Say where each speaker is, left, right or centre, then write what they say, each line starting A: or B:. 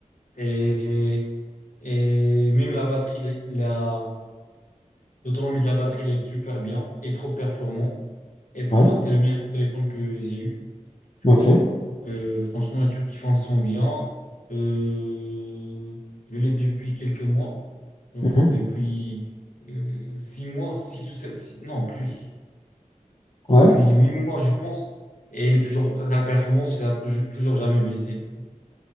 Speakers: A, on the left; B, on the left.
A: Et, et et même la batterie, elle la, l'autonomie de la batterie, elle est super bien et trop performant. Et pour
B: Ouais.
A: moi, c'était le meilleur téléphone que j'ai eu, tu
B: Ok.
A: vois. Euh, franchement, il y a des trucs qui fonctionnent bien. Euh, je l'ai depuis quelques mois. Je
B: Mhm.
A: pense depuis euh, six mois, six ou sept, six- non, plus.
B: Ouais.
A: depuis huit mois, je pense. Et elle est toujours, sa performance, elle a ju- toujours jamais baissé.